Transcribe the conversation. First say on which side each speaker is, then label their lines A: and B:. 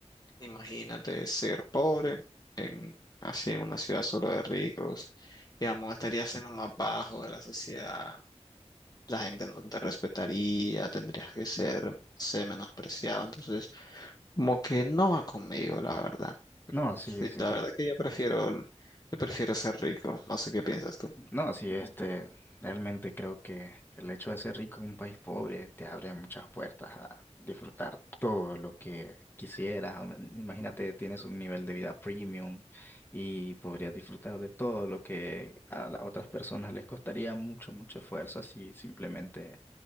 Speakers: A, on the left; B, on the left.
A: Imagínate ser pobre en, así en una ciudad solo de ricos, digamos, estarías en lo más bajo de la sociedad, la gente no te respetaría, tendrías que ser, ser menospreciado, entonces como que no va conmigo, la verdad.
B: No,
A: Sí,
B: sí, sí,
A: la verdad que yo prefiero, yo prefiero ser rico, no sé qué piensas tú.
B: No, sí, este, realmente creo que el hecho de ser rico en un país pobre te abre muchas puertas a disfrutar todo lo que quisieras. Am- Imagínate, tienes un nivel de vida premium y podrías disfrutar de todo lo que a las otras personas les costaría mucho, mucho esfuerzo, así simplemente